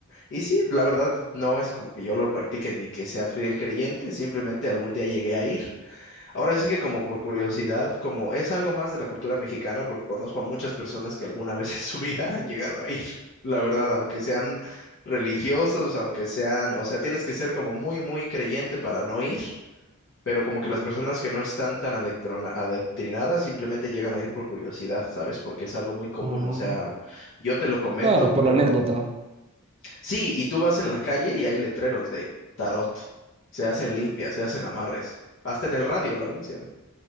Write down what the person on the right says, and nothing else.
Ah,
claro,
por la anécdota.